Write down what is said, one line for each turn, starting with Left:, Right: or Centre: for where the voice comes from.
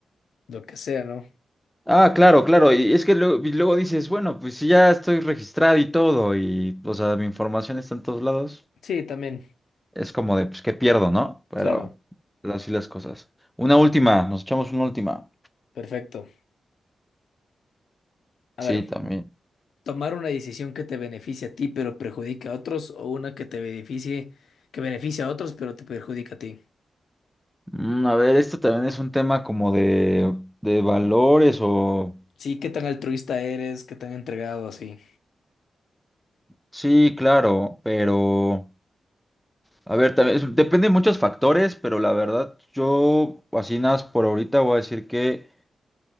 Left: lo que sea, ¿no?
Centre: Ah, claro, claro, y es que luego, y luego dices, bueno, pues si ya estoy registrado y todo, y, o sea, mi información está en todos lados.
Left: Sí, también.
Centre: es como de, pues, ¿qué pierdo, no? Pero
Left: Claro.
Centre: pero así las cosas. Una última, nos echamos una última.
Left: Perfecto. A
Centre: Sí,
Left: ver,
Centre: también.
Left: tomar una decisión que te beneficie a ti, pero perjudica a otros, o una que te beneficie, que beneficia a otros, pero te perjudica a ti.
Centre: Mm, a ver, esto también es un tema como de, de valores o...
Left: Sí, qué tan altruista eres, qué tan entregado, así.
Centre: Sí, claro, pero... A ver, también es- depende de muchos factores, pero la verdad, yo así nada más por ahorita voy a decir que